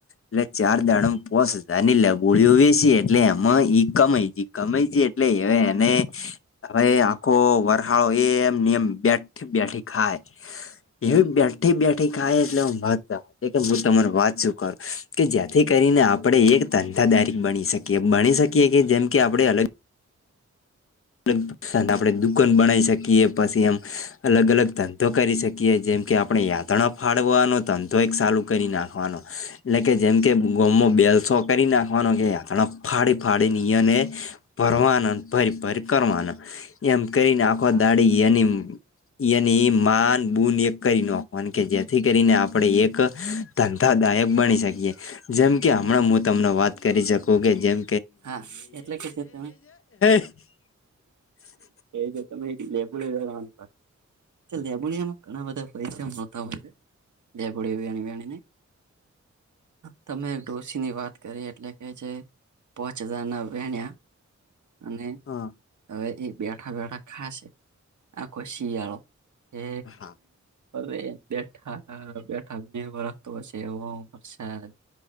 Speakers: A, on the left; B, on the right.
A: એટલે ચાર દાડમ પોસ હજારની <unintelligible> વહેંસી એટલે એમાં ઈ કમાઈ ગઈ. કમાઈ જાય એટલે હવે એને હવે આખો વરહાળો એમ નિયમ <unintelligible> ઠી બેઠી ખાય, એવી બેઠી-બેઠી ખાય એટલે <unintelligible> કે-કે હું તમારે વાત શું કરું, કે જેથી કરીને આપણે એક ધંધાદારીક બની શક કીએ, બણી શકીએ કે જેમ કે આપણે અલગ <unintelligible> <unintelligible> આપણે દુકાન બનાઈ શકીએ, પસી એમ અલગ-અલગ ધંધો કરી શકીએ. જેમ કે આપણે યાદ તણ ફાડવાનો ધંધો એક સાલું કરી નાખવાનો. એટલે કે જેમ કે ગોમમાં બેલ સોકરી નાખવાનો કે <unintelligible> ફાડી-ફાડી નિયને ભરવાનાન, ભરી-ભરી કરવાના. એમ કરીને આખો
B: હા
A: દાડી એની એની ઈ માન બુન એકેય નો, મન કેઈ જેથી કરીને આપણે એક ધંધાદાયક બની શકીએ. જેમ કે હમણાં હું તમને વાત કરી શકું કે જેમ
B: હા એટલે કે જે તમે
A: <unintelligible>
B: એજ તમે <unintelligible> જે લેબોડીયામાં ઘણા બધા પૈસા નોતા હોય છે. લેબોડીયા વેણી-વણીને. તમે એક ડોસીની વાત કરી એટલે કે જે પોચ હજાર ના વેણ્યા અને
A: હા.
B: હવે ઈ બેઠા-બેઠા ખાસે. આખો શીયાળો. એ
A: હા
B: હવે બેઠા-બેઠા બે વરહ તો <unintelligible> વરસાદ